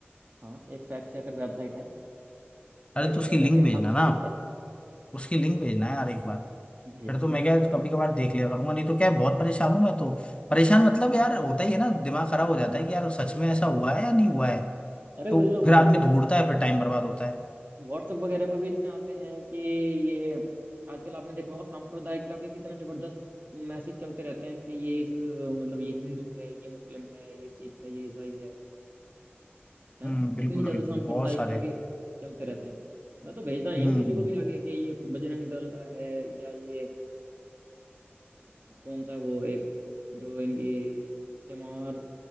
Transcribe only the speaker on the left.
तो उसकी
लिंक
भेजना ना
आप
उसकी लिंक भेजना है यार एक बार
फिर
तो मैं क्या
कभी
कभार देख लिया करूंगा नहीं तो क्या है, बहुत परेशान हूँ मैं तो परेशान मतलब यार होता ही है ना दिमाग खराब हो जाता
है कि यार सच में ऐसा हुआ है या नहीं हुआ है
तो
फिर आदमी ढूंढता है फिर टाइम बर्बाद होता है
हम्म बिल्कुल
बिल्कुल
बहुत सारे
हम्म
हम्म